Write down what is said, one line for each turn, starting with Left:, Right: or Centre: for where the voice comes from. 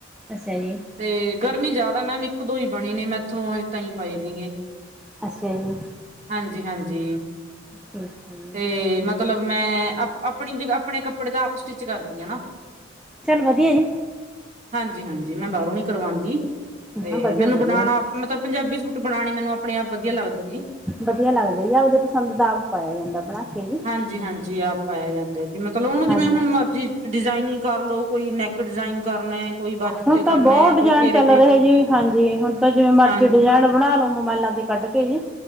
Centre: ਅੱਛਾ ਈ।
Right: ਤੇ ਗਰਮੀ ਜਾਦਾ ਮੈਮ ਇੱਕ-ਦੋ ਹੀ ਬਣੇ ਨੇ ਮੈਥੋਂ ਹਜੇ ਤਾਈ ਪਏ ਨੇਗੇ।
Centre: ਅੱਛਾ ਜੀ।
Right: ਹਾਂਜੀ-ਹਾਂਜੀ
Centre: ਠੀਕ ਹੈ ਜੀ
Right: ਤੇ ਮਤਲਬ ਮੈਂ ਆਪਣੀ ਆਪਣੇ ਕੱਪੜੇ ਦਾ ਆਪ ਸਟਿੱਚ ਕਰਦੀ ਆ ਨਾ।
Centre: ਚੱਲ ਵਧੀਆ ਈ।
Right: ਹਾਂਜੀ-ਹਾਂਜੀ ਮੈਂ ਬਾਰੋਂ ਨੀ ਕਰਵਾਦੀ ਤੇ
Centre: ਹਾਂ ਵਧੀਆ
Right: ਮੈਨੂੰ
Centre: ਵਧੀਆ
Right: ਬਣਾਣਾ। ਮਤਲਬ ਪੰਜਾਬੀ ਸੂਟ ਬਣਾਣੇ ਮੈਨੂੰ ਆਪਣੇ ਆਪ ਵਧੀਆ ਲੱਗਦੇ ਨੇ।
Centre: ਵਧੀਆ ਲੱਗਦਾ ਜੀ ਆਪਦੇ ਪਸੰਦ ਦਾ ਆਪ ਪਾਯਾ ਜਾਂਦਾ ਬਣਾ ਕੇ ਜੀ।
Right: ਹਾਂਜੀ-ਹਾਂਜੀ ਆਪ ਪਾਇਆ ਜਾਂਦਾ ਜੀ ਮਤਲਬ ਹੁਣ ਜਿਵੇਂ
Centre: ਹਾਂਜੀ।
Right: ਹੁਣ ਮਰਜ਼ੀ ਡਿਜ਼ਾਇਨਿੰੰਗ ਕਰਲੋ ਕੋਈ ਨੈੱਕ ਡਿਜ਼ਾਇਨ ਕਰਨਾ। ਕੋਈ ਬਾਜੂ
Centre: ਹੁਣ
Right: ਤੇ ਕਰਨਾ
Centre: ਤਾਂ ਬੋ
Right: ਐ,
Centre: ਡਿਜਾਇਨ
Right: ਕੋਈ ਘੇਰੇ
Centre: ਚੱਲ
Right: ਤੇ
Centre: ਰਹੇ ਜੀ ਹਾਂਜੀ ਹੁਣ ਤਾਂ ਜਿਵੇਂ ਮਰਜ਼ੀ
Right: ਹਾਂ
Centre: ਡਿਜਾਇਨ ਬਣਾ ਲੋ ਮੋਬਾਇਲਾਂ ਤੇ। ਕੱਢ ਕੇ ਜੀ।